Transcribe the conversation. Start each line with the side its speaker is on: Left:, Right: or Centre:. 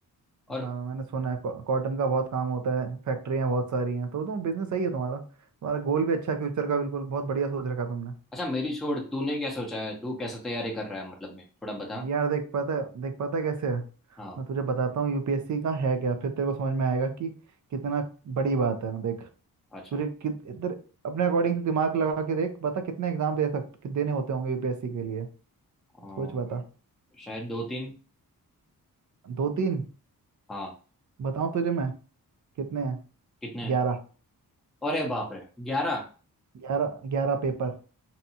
Centre: और
Right: हाँ मैंने सुना है कॉ- कॉटन का बहुत काम होता है फैक्ट्रियाँ बहुत सारी हैं तो तुम बिजनेस सही है तुम्हारा तुम्हारा गोल भी अच्छा है फ्यूचर का बिल्कुल बहुत बढ़िया सोच रखा तुमने
Centre: अच्छा मेरी छोड़ तूने क्या सोचा है तू कैसे तैयारी कर रहा है मतलब मैं थोड़ा बता
Right: यार देख पाता है देख पाता है कैसे है
Centre: हाँ
Right: मैं तुझे बताता हूँ यूपीएससी का है क्या फिर तेरे को समझ में आएगा कि कितना बड़ी बात है देख तुझे
Centre: अच्छा
Right: कित इधर अपने अकॉर्डिंग से दिमाग लगा के देख बता कितने एग्जाम दे सकते देने होते होंगे यूपीएससी के लिए
Centre: और
Right: सोच बता
Centre: शायद दो तीन
Right: दो तीन
Centre: हाँ
Right: बताऊँ तुझे मैं कितने हैं
Centre: कितने
Right: ग्यारह
Centre: अरे बाप रे ग्यारह
Right: ग्यारह ग्यारह पेपर